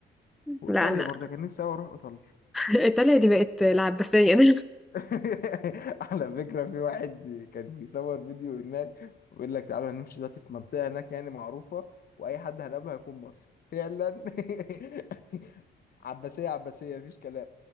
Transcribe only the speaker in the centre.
لا أنا
ايطاليا دي بقت العباسية <laughs> ده